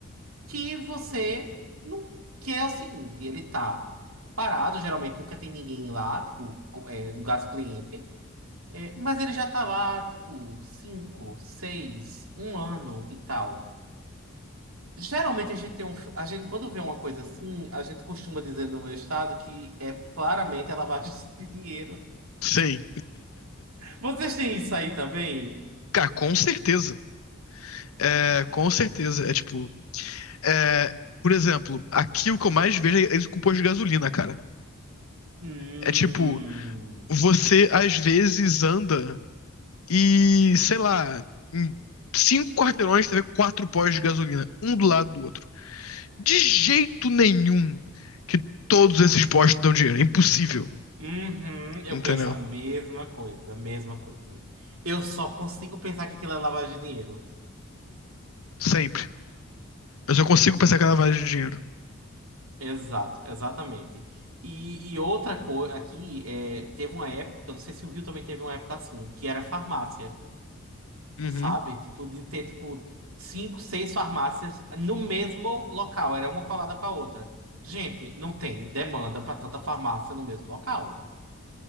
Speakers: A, on the right (about 75°); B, on the left (about 75°).
A: que você não quer é o seguinte, ele tá parado, geralmente nunca tem ninguém lá, tipo, co- é, no caso cliente, é, mas ele já tá lá, tipo, cinco, seis, um ano e tal. Geralmente a gente tem um, a gente quando vê uma coisa assim, a gente costuma dizer no meu estado que é claramente a lavagem <laughs> de dinheiro.
B: sim.
A: Vocês têm isso aí também?
B: Cara, com certeza. É, com certeza. É tipo. é, por exemplo, aqui o que eu mais vejo é isso com o posto de gasolina, cara.
A: Hum.
B: É tipo, você às vezes anda e, sei lá, em cinco quarteirões você vê quatro postos de gasolina, um do lado do outro. De jeito nenhum que todos esses postos dão dinheiro. É impossível.
A: Uhum, eu
B: Entendeu?
A: penso a mesma coisa, a mesma coisa. Eu só consigo pensar que aquilo é lavagem de dinheiro.
B: Sempre. Eu só consigo pensar que é lavagem de dinheiro.
A: Exato, exatamente. E, e outra coisa, aqui é, teve uma época, não sei se o Rio também teve uma época assim, que era farmácia,
B: Uhum.
A: sabe? Tipo, de ter, tipo, cinco, seis farmácias no mesmo local, era uma colada com a outra. Gente, não tem demanda para tanta farmácia no mesmo local.